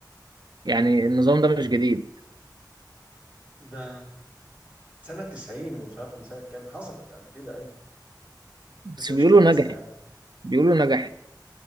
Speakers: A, on the right (about 70°); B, on the right (about 15°).
A: يعني النظام ده مش جديد
B: ده سنه 90 ومش عارف من سنه كام حصلت قبل كده ايوه
A: بس
B: بس هي
A: بيقولوا
B: مش كويسه
A: نجحت
B: يعني
A: بيقولوا نجحت